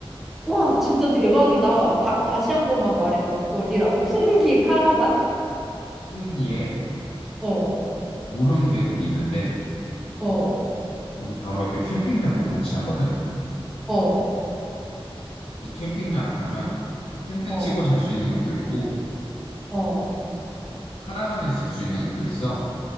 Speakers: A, in the centre; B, on the left.
A: 와, 진짜 대박이다. 다, 다시 한 번만 말해. 막 어디라고? <laughs> 풍기 카라반?
B: 풍기에
A: 어,
B: 무릉 계곡이 있는데
A: 어,
B: 거기 바로 옆에 캠핑장도 같이 하거든.
A: 어,
B: 그 캠핑장 가면 텐트
A: 어,
B: 치고 잘 수 있는 것도 있고
A: 어.
B: 카라반에서 잘 수 있는 것도 있어.